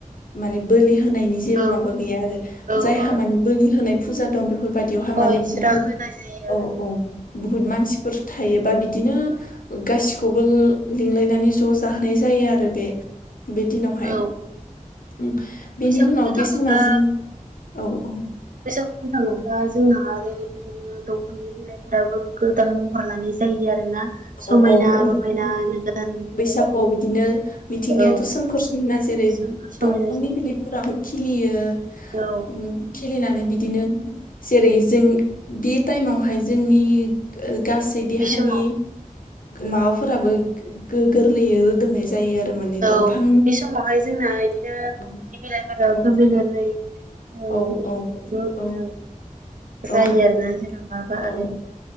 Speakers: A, on the left; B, on the right.
A: माने बोलि होनायनि जेबो
B: औ
A: माबा गैया आरो
B: औ
A: जायहा
B: औ
A: माने बोलि होनाय फुजा दं बे बेफोरबायदियावहाय
B: अ
A: माने
B: इसोरा
A: बुहुत
B: होनाय जायो
A: औ
B: आरो
A: औ बुहुत मानसिफोर थायोबा बिदिनो गासिखौबो लिंलायनानै ज जाहोनाय जायो। आरो बे बे दिनावहाय।
B: औ
A: ओम बेनि
B: बैसागुनो
A: उनाव
B: थाङोब्ला
A: बे सिमा जों औ औ।
B: बैसागु बुंनो थाङोब्ला
A: औ
B: जोंना आरो बिदिनो दंफांनि बिलाइफोरावबो गोदान महर लानाय जायो आरोना समायना
A: औ औ औ
B: रमायनानो गोदान
A: बैसागुआव बिदिनो मिथिंगायाथ
B: औ
A: सोमखोर सिनना जेरै
B: सोमखोर समायना
A: दंफांनि बिलाइफोराबो खिलियो
B: औ
A: ओम खिलिनानै बिदिनो जेरै जों बे टाइमावहाय जोंनि गासै देहानि
B: समाव
A: माबाफोराबो गो-गो- गोरलैयो रोदोमनाय जायो आरो। आरो माने
B: औ
A: दंफां
B: बे समावहाय जोंना बिदिनो दंफांनि
A: <unintelligible>
B: बिलाइफोरा
A: औ औ
B: गोरलै गोरलै
A: औ औ औ
B: ओ जायो
A: औ
B: आरोना जेनबाबा
A: औ
B: आरो